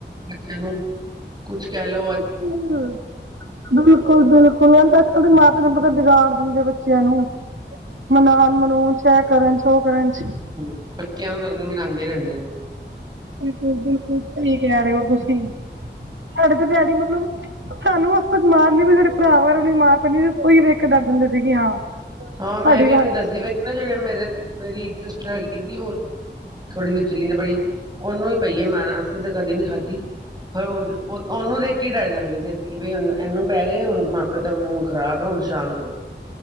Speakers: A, on the right; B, on the right.
A: ਬੱਚਿਆਂ ਨੂੰ ਕੁਛ ਕਹਿ ਲਓ ਅੱਜ
B: ਹੂੰ - ਹ। ਬਿਲਕੁਲ-ਬਿਲਕੁਲ ਅੱਜ- ਕੱਲ ਦੇ ਮਾਂ ਪਿਓ ਨੂੰ ਪਤਾ ਬਗਾੜ ਦਿੰਦੇ ਬੱਚਿਆਂ ਨੂੰ ਮਨਾਨ ਮਨੂਉਣ ਚ ਇਹ ਕਰਨ ਚ ਉਹ ਕਰਨ ਚ
A: <unintelligible> ਬਨਾਂਦੇ ਰੈਂਦੇ ਨੇ।
B: ਬਿਲਕੁਲ-ਬਿਲਕੁਲ ਸਈ ਕੈ ਰੇਓ ਤੁਸੀ, ਸਾਡੇ ਤੇ ਡੈਡੀ ਮਤਲਬ ਸਾਨੂੰ ਅੱਜ ਤੱਕ ਮਾ ਨੀਂ ਪਈ, ਸਾਡੇ ਭਰਾ ਵਗੈਰਾ ਨੂੰ ਈਂ ਮਾਰ ਪੈਂਦੀ ਸੀ ਅਸੀ ਓਈ ਵੇਖ ਕੇ ਡਰ ਜਾਂਦੇ ਸੀ ਕਿ, ਹਾਂ
A: ਹਾਂ ਮੈਂ
B: ਸਾਡੀ
A: ਵੀ
B: ਗੱਲ
A: ਦੱਸਦੀ ਪਈ ਜੇੜੇ ਮੇਰੇ ਮੇਰੀ ਇੱਕ ਸਿਸਟਰ ਹੈਗੀ ਹੋ ਥੋੜੀ ਵਿਚਲੀ ਬੜੀ ਓਨੂੰ ਈ ਪਈਏ ਮਾਰਾਂ ਅਸੀ ਤਾਂ ਕਦੇ ਨੀ ਖਾਦੀ। ਦੀ ਫੇਰ ਹੋਰ ਜੋ ਓ ਓਨੂੰ ਦੇਖ ਕੇ ਡਰ ਜਾਂਦੇ ਸੀ ਅਸੀ, ਕਿ ਬਈ ਏਨੂੰ ਪੈ ਗਈਏ ਹੁਣ, ਮਾਂ-ਪਿਓ ਮੂੰੜ ਖਰਾਬਏ ਹੁਨ ਸ਼ਾਂਤ ਰਵੋ।